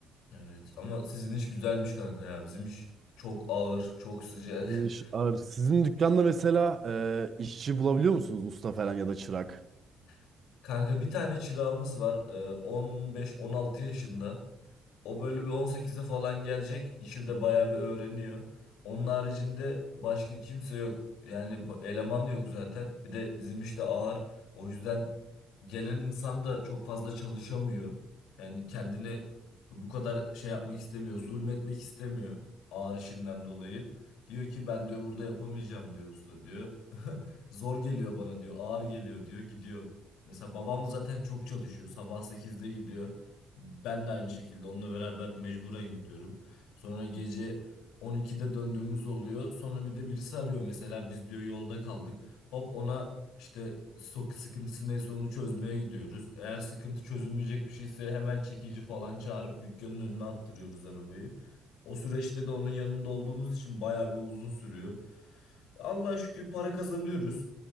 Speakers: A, on the left; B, on the right.
A: Evet ama sizin iş güzelmiş kanka ya. Bizim iş çok ağır, çok sıcak.
B: Sizin, iş ağır. Sizin dükkanda mesela e, işçi bulabiliyor musunuz? Usta falan ya da çırak.
A: <laughs> Kanka bir tane çırağımız var. e, 15-16 yaşında. O böyle bir 18'e falan gelecek. İşi de bayağı bir öğreniyor. Onun haricinde başka kimse yok. Yani bu- eleman yok zaten. Bir de bizim işte ağır. O yüzden gelen insan da çok fazla çalışamıyor. Yani kendini bu kadar şey yapmak istemiyor. Zulmetmek istemiyor ağır işinden dolayı. Diyor ki ben diyor burada yapamayacağım diyor usta diyor. <laughs> Zor geliyor bana diyor. Ağır geliyor diyor. Gidiyor. Mesela babam zaten çok çalışıyor. Sabah 8'de gidiyor. Ben de aynı şekilde onunla beraber mecburen gidiyorum. Sonra gece 12'de döndüğümüz oluyor. Sonra bir de birisi arıyor mesela biz diyor yolda kaldık. Hop ona işte sok sıkıntısı neyse onu çözmeye gidiyoruz. Eğer sıkıntı çözülmeyecek bir şeyse hemen çekici falan çağırıp dükkanın önüne attırıyoruz arabayı. O süreçte de onun yanında olduğumuz için bayağı bir uzun sürüyor. Allah'a şükür para kazanıyoruz.